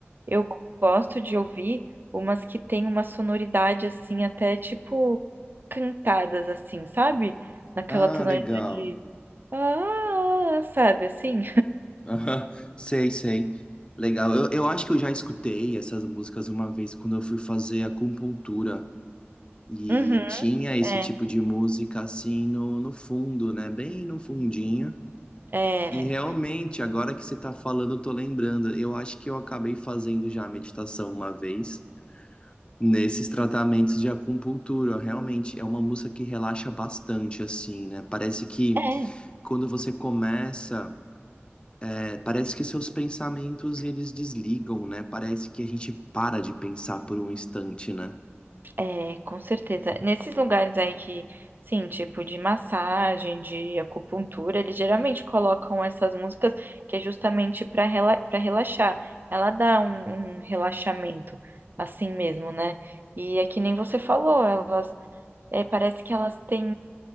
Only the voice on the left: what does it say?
Ah,
legal.
Aham, Sei, sei. Legal. Eu, eu acho que eu já escutei essas músicas uma vez quando eu fui fazer acupuntura. E
tinha esse
tipo de música assim no, no fundo, né? Bem no fundinho.
E realmente, agora que você tá falando, eu tô lembrando. Eu acho que eu acabei fazendo já a meditação uma vez nesses tratamentos de acupuntura. Realmente é uma música que relaxa bastante, assim, né? Parece que
quando você começa. É, parece que seus pensamentos eles desligam, né? Parece que a gente para de pensar por um instante, né?